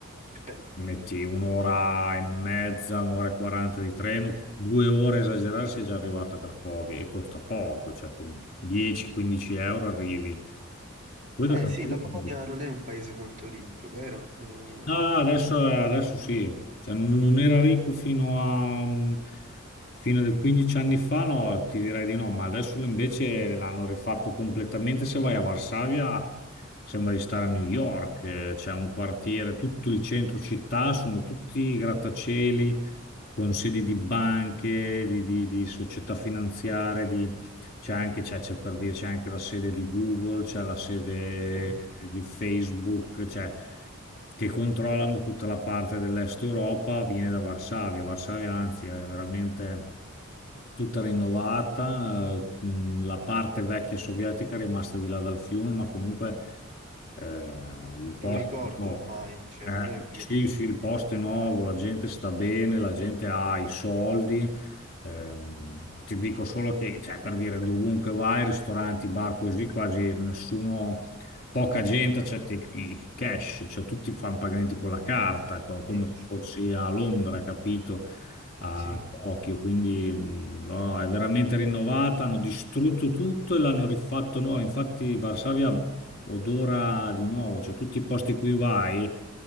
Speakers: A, on the right; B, on the left.
A: Perfetto.
B: che ti metti un'ora e mezza, un'ora e quaranta di treno, due ore a esagerare sei già arrivato a Cracovia e costa poco, cioè con 10-15 euro arrivi. Poi
A: Eh
B: da Cracovia.
A: sì, la Polonia non è un paese molto ricco, vero? Eh,
B: Ah, adesso, adesso sì, Cioè, non era ricco fino a, mm, fino a 15 anni fa, no, ti direi di no, ma adesso invece l'hanno rifatto completamente. Se vai a Varsavia sembra di stare a New York, eh, c'è un quartiere, tutto il centro città, sono tutti grattacieli con sedi di banche, di, di- di società finanziarie, di c'è anche, c'è c'è per dire, c'è anche la sede di Google, c'è la sede
A: ah,
B: di Facebook, cioè, che controllano tutta la parte dell'Est Europa, viene da Varsavia. Varsavia, anzi, è veramente tutta rinnovata. eh, mh, La parte vecchia sovietica è rimasta di là dal fiume, ma comunque eh, il
A: è
B: posto
A: un ricordo
B: è nuovo.
A: ormai, cioè
B: Eh,
A: non è più...
B: sì, sì, il posto è nuovo, la gente sta bene, la gente ha i soldi. Ehm, ti dico solo che, cioè, per dire, dovunque vai, ristoranti, bar, così, quasi nessuno, poca gente accetta i i cash, cioè tutti fanno pagamenti con la carta, co- come
A: Eh,
B: se
A: sì,
B: fossi a Londra, capito? a
A: sì.
B: Tokyo, quindi mh, no, no, è veramente rinnovata, hanno distrutto tutto e l'hanno rifatto nuovo. Infatti Varsavia odora di nuovo, cioè tutti i posti in cui vai